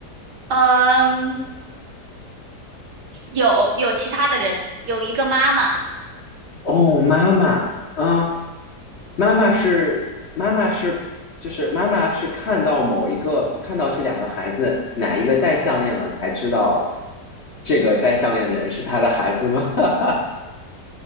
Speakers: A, on the right (about 75°); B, on the left (about 45°).
A: 呃嗯。有有其他的人，有一个妈妈，
B: 哦，妈妈，嗯，妈妈是妈妈是就是妈妈是看到某一个看到这两个孩子哪一个戴项链了，才知道这个戴项链的人是他的孩子吗 <laughs>